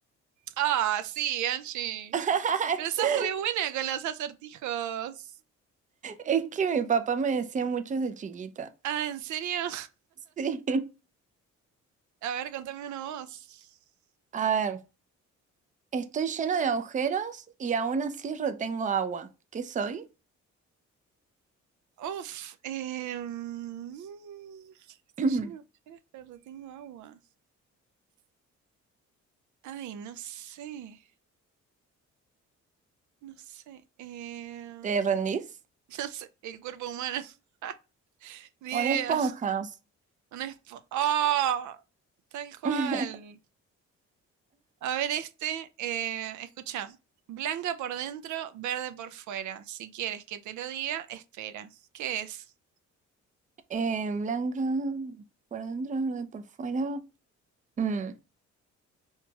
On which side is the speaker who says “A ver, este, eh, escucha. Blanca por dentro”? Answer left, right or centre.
Right